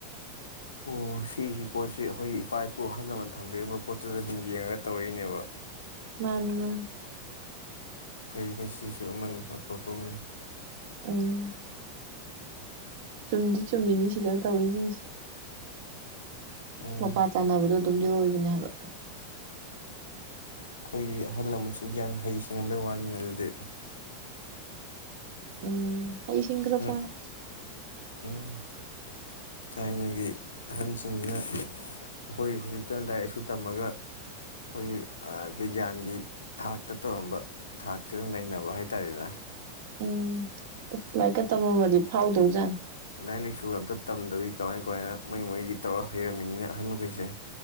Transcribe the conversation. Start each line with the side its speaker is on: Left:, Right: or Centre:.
Left: ꯑꯣ ꯁꯤꯁꯤ ꯄꯣꯠꯁꯤ ꯑꯩꯈꯣꯏꯒꯤ ꯏꯄꯥ ꯏꯄꯨ ꯑꯍꯜ ꯂꯃꯟ ꯊꯝꯕꯤꯔꯝꯕ ꯄꯣꯠꯇꯨꯗ ꯁꯨꯝ ꯌꯦꯡꯉꯒ ꯇꯧꯔꯛꯏꯅꯦꯕ
Right: ꯃꯅꯤ ꯃꯅꯤ
Left: ꯐꯩꯩꯅ ꯁꯤꯁꯨ ꯑꯃꯅꯤ ꯑꯐꯄ ꯑꯃꯅꯤ
Right: ꯎꯝ ꯆꯨꯝꯗꯤ ꯆꯨꯝꯃꯤꯅꯤ ꯁꯤꯗ ꯇꯧꯔꯤꯁꯤꯡꯁꯦ
Left: ꯎꯝ
Right: ꯃꯄꯥ ꯆꯅꯥꯕꯗꯨ ꯝꯗꯤ ꯑꯣꯏꯕꯅꯦ ꯍꯥꯏꯕ
Left: ꯑꯩꯈꯣꯏꯒꯤ ꯑꯍꯜ ꯂꯃꯟꯁꯤꯡꯁꯤ ꯌꯥꯝ ꯍꯩ ꯁꯤꯡꯉꯝꯕꯩ ꯋꯥꯅꯤꯅꯦ ꯑꯗꯨꯗꯤ
Right: ꯎꯝ ꯍꯩꯁꯤꯡꯒ꯭ꯔ
Left: ꯎꯝ
Right: ꯄꯣꯠꯅꯤ
Left: ꯎꯝ ꯊꯥꯏꯅꯒꯤ ꯑꯍꯟꯁꯤꯡꯁꯤꯅ ꯑꯩꯈꯣꯏ ꯍꯧꯖꯤꯛꯇ ꯂꯥꯏꯔꯤꯛ ꯂꯥꯏꯁꯨ ꯇꯝꯃꯒ ꯑꯩꯈꯣꯏꯒꯤ ꯕꯤꯒ꯭ꯌꯥꯟꯒꯤ ꯊꯥꯛꯇ ꯇꯧꯔꯝꯕ ꯊꯥꯛꯁꯤ ꯑꯗꯨꯝ ꯅꯩꯅꯕ ꯍꯥꯏ ꯇꯥꯔꯦꯗꯅ
Right: ꯎꯝ ꯏꯁ ꯂꯥꯏꯀ ꯇꯝ ꯃꯝꯃꯗꯤ ꯐꯎꯗꯩꯖꯠꯅꯤ
Left: ꯂꯥꯏꯔꯤꯛ ꯂꯥꯏꯁꯨ ꯑꯝꯇ ꯇꯝꯗꯕꯤ ꯀꯃꯥꯏ ꯀꯃꯥꯏꯅ ꯃꯣꯏ ꯃꯣꯏꯗꯤ ꯇꯧꯔꯒ ꯍꯩꯔꯝꯃꯤꯅꯤꯅꯦ ꯑꯍꯟ ꯍꯣꯏꯁꯦ